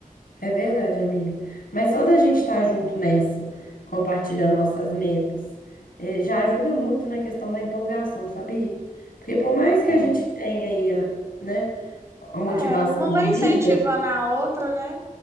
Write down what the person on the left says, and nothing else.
É verdade, amiga. Mas só da gente estar junto nessa, compartilhando nossas metas, eh, já ajuda muito na questão da empolgação, sabia? Porque por mais que
a gente tenha aí, a, né, a motivação
da
vida,